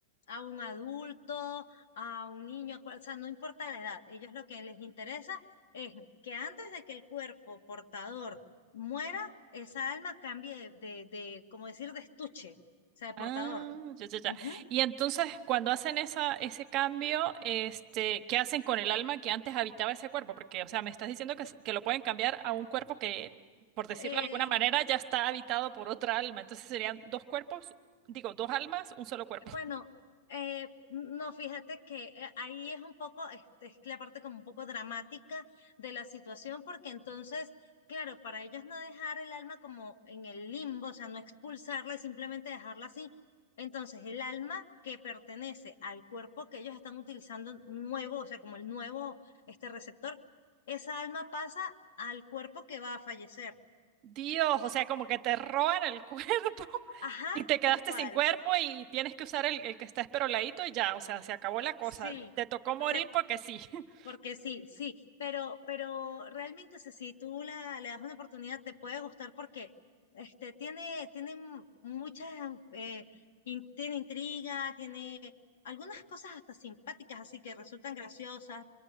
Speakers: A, on the left; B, on the right.
A: a un adulto, a un niño, cual- o sea, no importa la edad, ellos lo que les interesa es que antes de que el cuerpo portador muera, esa alma cambie de, de, de, como decir, de estuche, o sea, de
B: Ah,
A: portador.
B: ya, ya, ya.
A: Ujú.
B: Y entonces, cuando hacen esa, ese cambio, este, ¿qué hacen con el alma que antes habitaba ese cuerpo? Porque, o sea, me estás diciendo que, s- que lo pueden cambiar a un cuerpo que, por decirlo
A: Eh,
B: de alguna manera, ya está habitado por otra alma. Entonces serían dos cuerpos, digo, dos almas, un solo cuerpo.
A: Bueno,
B: <laughs>
A: eh, no, fíjate que eh, ahí es un poco, este, es la parte como un poco dramática de la situación, porque entonces, claro, para ellos no dejar el alma como en el limbo, o sea, no expulsarla y simplemente dejarla así. Entonces, el alma que pertenece al cuerpo que ellos están utilizando nuevo, o sea, como el nuevo, este receptor, esa alma pasa al cuerpo que va a fallecer.
B: Dios, o sea, como que te roban el <laughs> cuerpo
A: Ajá,
B: y te quedaste
A: tal cual.
B: sin cuerpo y tienes que usar el, el que está esperoladito y ya, o sea, se acabó la cosa.
A: Sí.
B: Te tocó morir
A: O sea.
B: porque sí. <laughs>
A: Porque sí, sí, pero, pero realmente o sea, si tú la, le das una oportunidad te puede gustar porque este, tiene, tiene m- muchas, eh, in- tiene intriga, tiene algunas cosas hasta simpáticas, así que resultan graciosas,